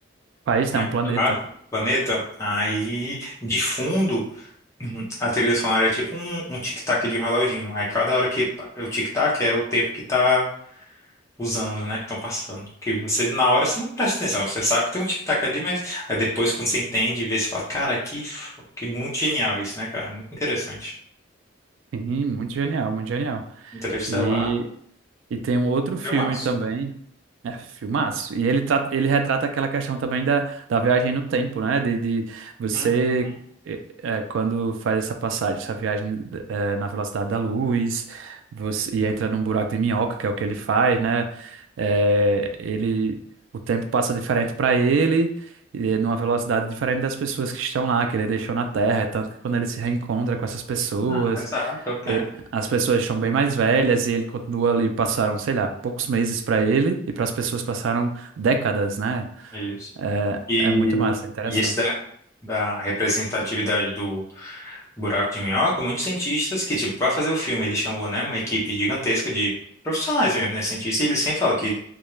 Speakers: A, on the right; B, on the left.
A: País,
B: né?
A: não,
B: Muito
A: planeta.
B: rápido, planeta, aí de fundo uhum, a trilha sonora é tipo um, um tic-tac de um reloginho. Aí cada hora que pa- o tic-tac é o tempo que tá usando, né? Que estão passando. Que você, na hora, você não presta atenção. Você sabe que tem um tic-tac ali, mas aí depois, quando você entende e vê, você fala, cara, que, f- que muito genial isso, né, cara? Muito interessante.
A: Sim, muito genial, muito genial.
B: Interestelar.
A: E, e tem um outro filme
B: Filmaço.
A: também É, filmaço. E ele, tra- ele retrata aquela questão também da, da viagem no tempo, né? De, de você,
B: Uhum.
A: eh, eh, quando faz essa passagem, essa viagem eh, na velocidade da luz, você, e entra num buraco de minhoca, que é o que ele faz, né? Eh, ele, o tempo passa diferente para ele, e é numa velocidade diferente das pessoas que estão lá, que ele deixou na Terra. É Tanto que quando ele se reencontra com essas pessoas.
B: Ah, exato, é o tempo.
A: E as pessoas estão bem mais velhas e ele continua ali, passaram, sei lá, poucos meses para ele e para as pessoas passaram décadas, né?
B: é Isso.
A: É,
B: E,
A: é muito massa, é interessante.
B: e esse da, da representatividade do buraco de minhoca, muitos cientistas que, tipo, para fazer o filme, ele chamou, né, uma equipe gigantesca de profissionais mesmo, né, cientistas, e ele sempre fala que